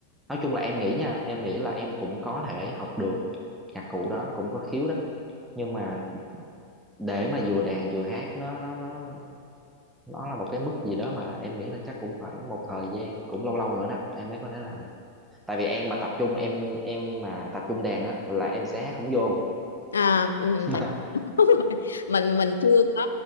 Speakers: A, in the centre; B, on the left (about 70°).
A: nói chung là em nghĩ nha em nghĩ là em cũng có thể học được nhạc cụ đó cũng có khiếu đó nhưng mà để mà vừa đàn vừa hát nó nó nó nó là một cái mức gì đó mà em nghĩ là chắc cũng phải một thời gian cũng lâu lâu nữa đó em mới có thể làm được tại vì em mà tập trung em em mà tập trung đàn á là em sẽ hát không vô
B: à, ừ,
A: <laughs>
B: tại Đúng rồi. mình mình chưa có